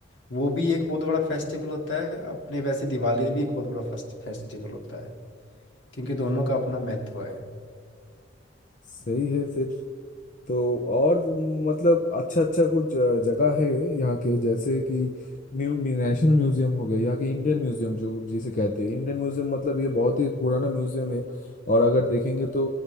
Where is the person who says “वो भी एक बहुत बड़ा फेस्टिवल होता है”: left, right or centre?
Left